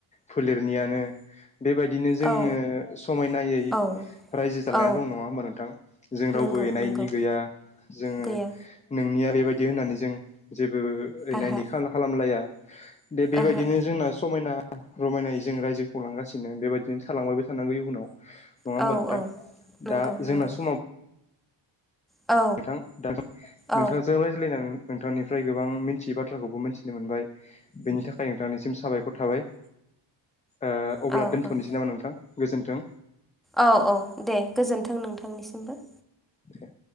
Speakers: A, on the left; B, in the centre.
A: फोलेरनियानो बेबायदिनो जोंङो
B: औ
A: समायनायै
B: औ
A: रायजो जालायनानै
B: औ
A: दं नंङा होमबा नोंथां जों रावबो
B: नंगौ
A: एना
B: नंगौ
A: एनि गैया जोंङो
B: गैया
A: नोंनिया बेबायदि होननानै जों जे बो एना
B: आहा
A: एनि खालाम-खालामलाया दे बेबायदिनो
B: ओहो
A: जोंना समायना रमायनायै जों रायजो खुंलांगासिनो बेबायदिनो थालांबायबो थानांगौ इयुनाव। नंङा
B: औ
A: होमबा नोंथां
B: नंगौ
A: दा
B: नंगौ
A: जोंना स
B: औ
A: नोंथां
B: औ
A: नोंथांजों रायज्लायनानै नोंथांनिफ्राय गोबां मिथियै बाथ्राखौबो मिथिनो मोनबाय बेनि थाखाय नोंथांनिसिम साबायखर थाबाय। ओ
B: औ
A: अब्ला
B: औ
A: दोन्थ'नोसै नामा नोंथां गोजोन्थों।
B: औ औ दे गोजोन्थों नोंथांनिसिमबो।
A: दे।